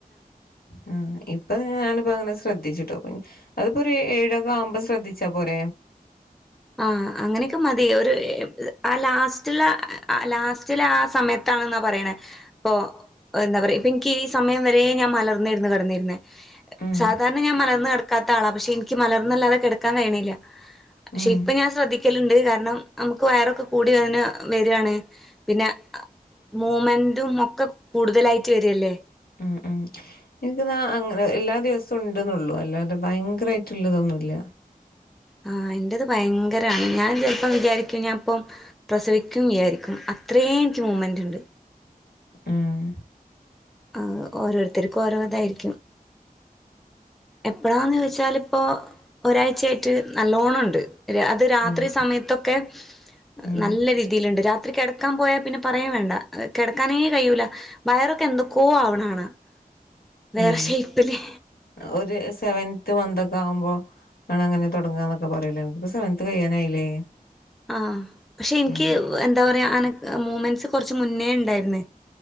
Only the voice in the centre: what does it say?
ആഹ അങ്ങനെയൊക്കെ മതിയ ഒരു ആ ലാസ്റ്റ് ലാസ്റ്റിലെ ആ സമയത്ത് ാണെന്നാ പറയണ ഇപ്പൊ എന്താ പറയാനിക്ക് സമയം വരേ ഞാൻ മലർന്നിരുന്നു കടന്നിരുന്നത്
സാധാരണ ഞാ മലർന്ന് ക്കാത്ത ആള പക്ഷ എനിക്ക് മലർന്ന അല്ലാതെിക്കാൻ കഴണില്ല പക്ഷെ
ഇപ്പൊ ഞാൻ ശ്രദ്ധിക്കലുണ്ട് കാരണം നമുക്ക് വയറൊക്കെ കൂടി അതിന് വരികവാാണ് പിന്നെ മൂ്മെന്റും ഒക്കെ കൂടുതലായിട്ട് വരല്ലേ
ആ എന്ന്റെറത് ഭയങ്കരമാണ് ഞാൻ ചിലപ്പം വിചാരിക്കും ഞാൻപ്പം പ്രസവിക്കും വിചാരിക്കും അത്രയും എനിക്ക് മൂവ്മെന്റ് ഉണ്ട്
ആ ഓരോരുത്തർക്കും ഓരോതായിരിക്കും എപ്പഴാന്ന് വെച്ചാല് ഇപ്പോൾ ഒരാഴ്ചയായിട്ട് നല്ല ോണം ഉണ്ട് അത് രാത്രി
സമയത്തൊക്കെ
നല്ല രീതിയിലുണ്ട് രാത്രി കിട കിടക്കാൻ പോയാ പിന്നെ പറയാം വേണ്ട കിടക്കാനേ കഴിൂല വയറൊക്കെ എന്തക്ക കോ ആവണാണ് വേറെ
ഷേപ്പില്േ
ആഹ പക്ഷെ എനിക്ക്
എന്താ പറയാ അന മൂവ്മെന്റ്സ് കുറച്ച് മുന്നേ ഉണ്ടായിരുന്നു